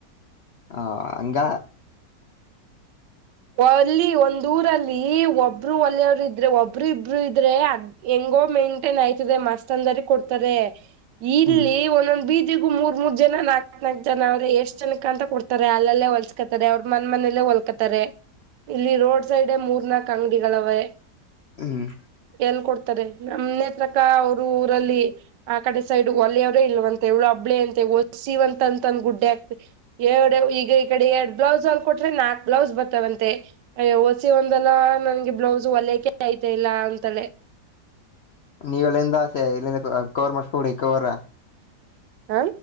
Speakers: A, on the left; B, on the right.
A: ಹ ಹಂಗ
B: ಅಲ್ಲಿ ಒಂದ ಊರಲ್ಲಿ ಒಬ್ರು ಒಳ್ಳೆಯವರು ಇದ್ರೆ ಒಬ್ರು ಇಬ್ರು ಇದ್ರೆ ಹೆಂಗೋ ಮೇಂಟೇನ್ ಆಯ್ತದೆ ಮಸ್ತ್ ಅಂದಾರಿ ಕೊಡ್ತಾರೆ ಇಲ್ಲಿ
A: ಹ್ಮ್
B: ಒಂದೊಂದ್ ಬೀದ ಇದಗೂ ಮೂರ್ ಮೂ ಜನ ನಾಕ್ತ್ ನಾಕಕ್ ಜನ ಅವ್ರೆ ಎಷ್ಟ್ ಜನ ಕ ಅಂತ ಕೊಡ್ತಾರೆ ಅಲ್ಲೇ ಹೊಲ್ಸ್ಕತಾರೆ ಅವ್ರ ಮನೇಲ್ಲೇ ಹೊಲ್ ಹಾತಾರೆ ಇಲ್ಲಿ ರೋಡ್ ಸೈಡ್ ಮೂರ್ ನಾಕ್ ಅಂಗಡಿಗಳವೆೆ
A: ಹ್ಮ್
B: ಎಲ್ ಕೊಡ್ತಾರೆ ನಮನೆೇತ್ರಕ ಅವರು ಊರಲ್ಲಿ ಆ ಕಡೆ ಸೈಡ್ ಒಲೆಯವರು ಇಲ್ವಂತ ಎಳು ಅಬ್ಳ ಅಂತೆ ಒಸಿವಂತ ಅಂತಂದ ಗುಡ್ಡೆ ಆಗ್ತ ಎರಡು ಈಗ ಈ ಕಡೆ ಎರಡ್ ಬ್ಲೌಸ್ ಅಲ್ಲಿ ಕೊಟೆ ನಾಕ್ ಬ್ಲೌಸ್ ಬರ್ತಾವವಂತ ಮತ್ತ ಸಿ ಒಂದಲ್ಲಾ ನನ್ಗೆ ಬ್ಲೌಸ್ ಒಲಕೆ ಐ್ತೆ ಇಲ್ಲ ಅಂತಳೆ
A: ನೀವ ಎಲ್ಲಿಂದ ಆಸೆ ಎಲ್ಲಿಂದ ಕವರ್ ಮಾಡಸ್ಕೊಡಿ ಕವರ್
B: ಹಾ